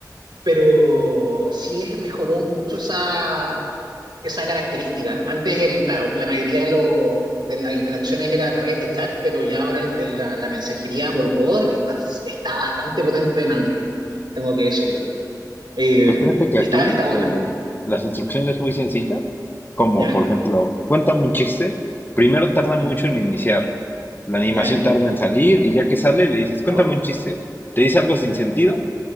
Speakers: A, on the right; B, on the left.
A: pero sí es, mejoró mucho esa esa característica. Antes, el, claro, la mayoría de, lo- de las interacciones era a través de chat, pero ya ahora el- el- la, la mensajería por voz está, está bastante potente en Android, tengo que decirlo. Eh,
B: Pues fíjate que
A: está,
B: aquí
A: está buena,
B: eh, las instrucciones muy sencillas, como
A: ¿ya?
B: por ejemplo, cuéntame un chiste, primero tarda mucho
A: Ujú,
B: en iniciar, la animación
A: ¿Ya?
B: tarda en salir y ya que sale le dices, cuéntame
A: Oh,
B: un chiste, te dice algo sin sentido.